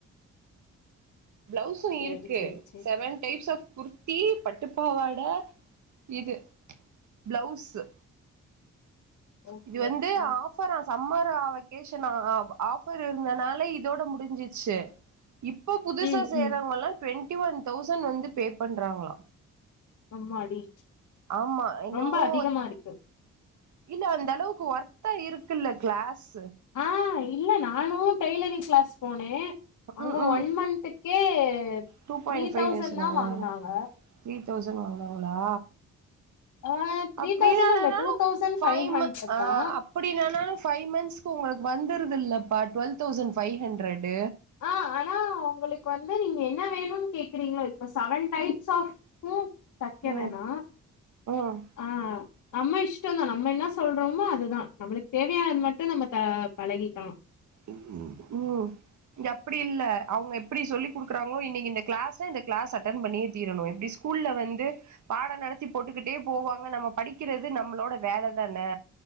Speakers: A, on the right; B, on the left.
A: ப்ளவுஸு
B: சேரி
A: இருக்கு
B: sari sari
A: seven types of kurti பட்டுப்பாவாட இது ப்ளவுஸு
B: ஓகே
A: இது வந்து
B: ஓகே
A: ஆஃபரா சம்மரா வெகேஷனா ஆஃபர் இருந்தனால இதோட முடிஞ்சிச்சு இப்ப புதுசா
B: ம்
A: சேர்றவங்கல்லா
B: ம்
A: ட்வெண்டி ஒன் தௌசண்ட் வந்து பே பண்றாங்களா
B: அம்மாடி
A: ஆமா என்னமோ
B: ரொம்ப அதிகமா இருக்கு
A: இல்ல அந்த அளவுக்கு ஒர்த்தா இருக்குல்ல கிளாஸ்
B: ஆ இல்ல நானு டெய்லரிங் கிளாஸ் போனே அங்க
A: ம் ம்
B: ஒன் மந்த்துக்கே
A: two point
B: three
A: five
B: thousand
A: சொன்னாங்களா
B: தா வாங்னாங்க
A: த்ரீ தௌசண்ட் வாங்குனாங்களா
B: ஆ த்ரீ
A: அப்படின்னனாலும்
B: தௌசண்ட் இல்ல டூ தௌசண்ட்
A: ஃபைவ்
B: ஹண்ட்ரட்
A: மந் ஆஹ்
B: தா
A: அப்படினனாலும் ஃபைவ் மந்த்ஸ்க்கு உங்க ளுக்கு வந்துருதுல்லப்பா டுவெல்வ் தௌசண்ட் ஃபைவ் ஹண்ட்ரட்
B: ஆஹ் ஆனா உங்களுக்கு வந்து நீங்க என்ன வேணும்னு கேக்குறீங்கள் இப்ப செவன் டைப்ஸ் ஆஃப் தைக்க
A: ம்
B: வேணாம்
A: ம்
B: ஆஹ் நம்ம இஷ்டம் தான் நம்ம என்ன சொல்றோமோ அதுதான் நம்மளுக்கு தேவையானது மட்டும் நம்ம பழகிக்கலாம்
A: உம் இங்க அப்படி இல்ல அவுங்க எப்படி சொல்லி குடுக்குறாங்களோ இன்னைக்கு இந்த க்ளாஸ் இந்த க்ளாஸ் அட்டன் பண்ணியே தீரணும் எப்படி ஸ்கூல்ல வந்து பாடம் நடத்தி போட்டுக்கிட்டே போவாங்க நம்ம படிக்கிறது நம்மளோட வேல தானே